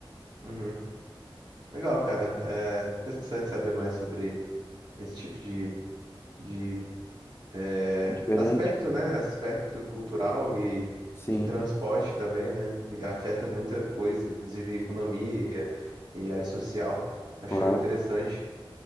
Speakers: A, on the right (about 50°); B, on the left (about 25°).
A: Uhum. Legal, cara. É interessante saber mais sobre esse tipo de, de é,
B: É Diferente.
A: aspecto, né? Aspecto cultural e
B: Sim,
A: de transporte também, né? E Afeta muita coisa, inclusive economia e área social. Acho
B: claro.
A: interessante.